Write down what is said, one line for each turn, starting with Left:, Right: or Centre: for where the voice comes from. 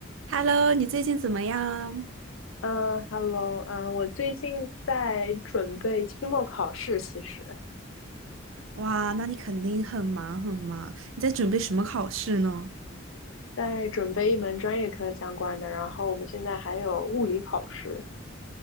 Right: Hello，你最近怎么样？
Left: 嗯，Hello，嗯，我最近在准备期末考试，其实
Right: 哇，那你肯定很忙很忙。你在准备什么考试呢？
Left: 在准备一门专业课相关的，然后我们现在还有物理考试